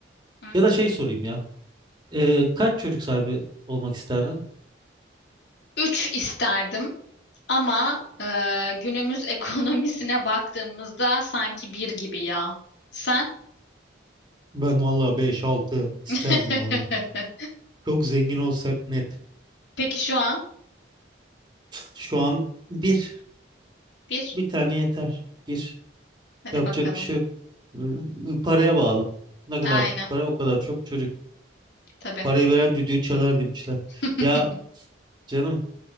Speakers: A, on the left; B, on the right.
A: Hı.
B: Ya da şey sorayım ya. Ee, kaç çocuk sahibi olmak isterdin?
A: Üç isterdim ama e, günümüz <laughs> ekonomisine baktığımızda sanki bir gibi ya. Sen?
B: Ben valla beş altı isterdim
A: <laughs>
B: valla. Çok zengin olsak net.
A: Peki şu an
B: Şu an bir.
A: bir.
B: Bir tane yeter. Bir.
A: Hadi
B: Yapacak
A: bakalım.
B: bir şey Iı, Paraya bağlı. Ne kadar
A: Aynen.
B: çok para o kadar çok çocuk.
A: Tabii.
B: Parayı veren düdüğü çalar demişler.
A: <laughs>
B: Ya canım